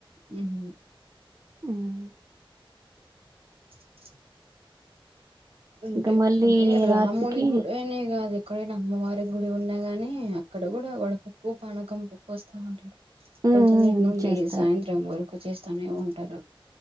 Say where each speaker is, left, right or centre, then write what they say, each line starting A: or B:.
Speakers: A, on the right; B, on the right.
A: ఉమ్ హు
B: ఉమ్
A: చి చి అంటే
B: ఇంకా మళ్ళీ
A: అంటే రాముడి
B: రాత్రికి
A: గుడి అనే కాద్ ఎక్కడనా అమ్మవారి గుడి ఉన్నా గాని అక్కడ కూడా వడపప్పు పనకం పప్పు పోస్తా ఉంటారు
B: ఉమ్
A: పొద్దు
B: ఉమ్
A: నీ నుండి
B: చేస్తారు
A: సాయంత్రం వరకు క్కు చేస్తనే ఉంటారు